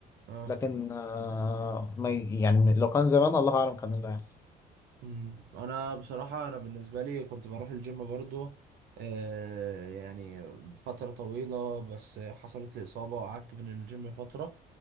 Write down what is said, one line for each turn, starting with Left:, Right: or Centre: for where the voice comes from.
Right: اه
Left: لكن آه ما ي- يعني لو كان زمان الله اعلم كان اللي هيحصل
Right: أمم. انا بصراحه انا بالنسبه لي كنت بروح الجيم برضو آه يعني فتره طويله بس حصلت لي اصابه وقعدت من الجيم فتره